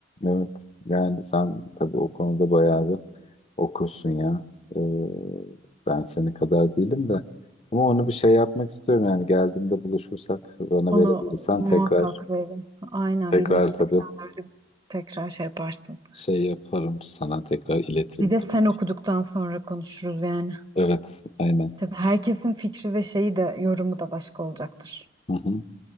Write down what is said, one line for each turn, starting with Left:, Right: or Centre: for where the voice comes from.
Left: evet. Yani sen tabii o konuda bayağı bir okursun ya. Ee, ben seni kadar değilim de. Ama onu bir şey yapmak istiyorum yani geldiğimde buluşursak bana
Right: Onu
Left: verebilirsen tekrar
Right: muhakkak verin. Aynen
Left: tekrar
Right: 1984'ü
Left: tabii
Right: tekrar şey yaparsın.
Left: şey yaparım sana tekrar iletirim
Right: Bir
Left: tabii.
Right: de sen okuduktan sonra konuşuruz yani.
Left: Evet, aynen.
Right: Tabii herkesin fikri ve şeyi de yorumu da başka olacaktır.
Left: Hı hı.